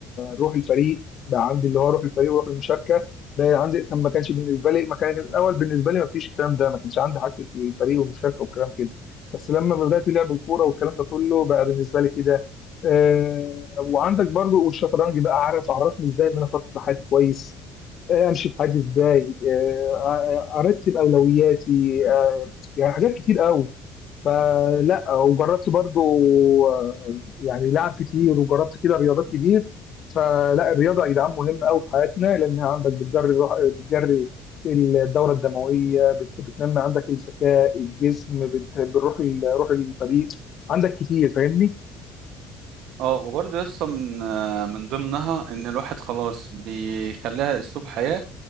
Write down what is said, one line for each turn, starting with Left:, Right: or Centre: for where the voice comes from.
Left: روح الفريق بقى عندي اللي هو روح الفريق وروح المشاركه بقى عندي كان ما كانش بالنسبه لي ما كان الاول بالنسبه لي ما فيش الكلام ده ما كانش عندي حته الفريق والمشاركه والكلام كده بس لما بدات لعب الكوره والكلام ده كله بقى بالنسبه لي كده آه وعندك برضو والشطرنج بقى عارف عرفني ازاي ان انا اخطط لحياتي كويس آه، امشي في حياتي ازاي آه، آه، ارتب اولوياتي آه، يعني حاجات كتير قوي فلا وجربت برضو آه، يعني لعب كتير وجربت كده رياضات كتير فلا الرياضه يا جدعان مهمه قوي في حياتنا لانها عندك بتجري الروح بتجري الدوره الدمويه بت- بتنمي عندك الذكاء الجسم بت- بتروح ال- روح الفريق عندك كتير فاهمني
Right: اه وبرضه يا اسطى من آه، من ضمنها ان الواحد خلاص بيخليها اسلوب حياة